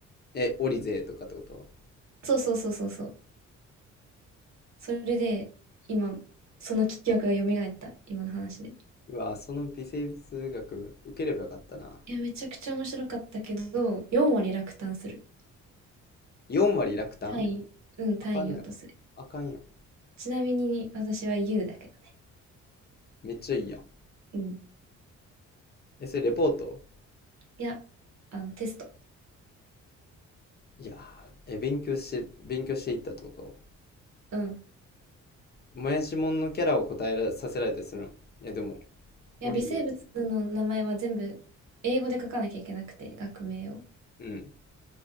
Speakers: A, on the left; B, on the right.
A: え、オリゼーとかってこと
B: そうそうそうそうそう。それで、今、その記憶が蘇った、今の話で。
A: うわ、その微生物学受ければよかったな。
B: いや、めちゃくちゃ面白かったけど、4割落胆する。
A: 4割落胆
B: 単位、うん、単位落とする。
A: あかんやん。あかんやん。
B: ちなみに私は U だけどね。
A: めっちゃいいやん。
B: うん。
A: え、それレポート
B: いや、あの、テスト。
A: いやー、え、勉強して、勉強していったってこと
B: うん。
A: もやしもんのキャラを答えらさせられたりするの。いや、でも、
B: いや、
A: オリゼー、
B: 微生物の名前は全部英語で書かなきゃいけなくて、学名を。
A: うん。